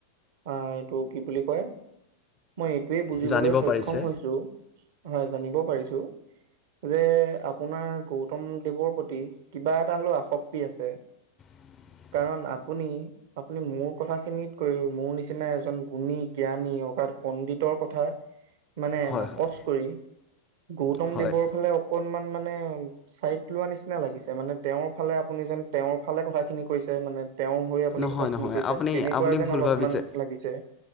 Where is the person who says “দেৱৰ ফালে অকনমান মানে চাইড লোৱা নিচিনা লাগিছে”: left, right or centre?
Right